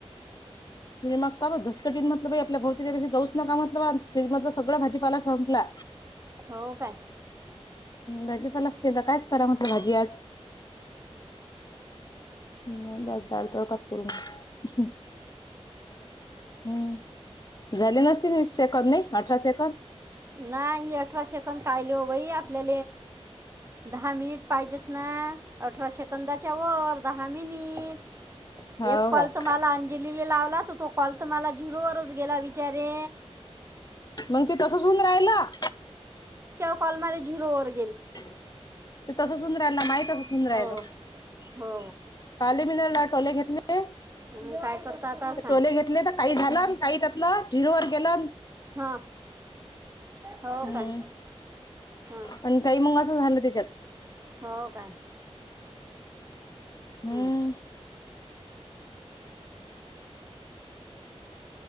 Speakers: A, on the left; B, on the right.
A: नि मगता बदस टीटलं आपल्या भवती त्या दि जाऊच नका म्हलं फ्रीज मधलं सगळं भाजीपाला संपला
B: हो काय
A: भाजी पल असतील तर कायच करा मात्र भाजी आज हम् बस दाल तडका काज करू म हम्म झाले नसतील वीशेकद नाही अठराशे
B: नाही अठराशे आपल्या द मिनट पाहिज ना अठरा सेकंदा त्यावरवर दहा मिनिट
A: हाव
B: एक कॉल
A: का
B: तर मला अंजलीला लावला तर तो कॉल तर मला झुरूवरच गेला विचारे
A: मग ते तस सुून राहिलं
B: प म ते जरूर
A: ते तस सुंद रा ना माही तस सुंद राहिल
B: हो हो
A: काल टोले घेतले
B: ह काय करता आता सांग
A: टोले घेतले तर काही झालं काही त्यातलं जिरो ववर केलं
B: हा हो
A: हम्म
B: काय ह
A: आणि काही मग असं झालं त्याच्यात
B: हो काय
A: हम्म
B: हं.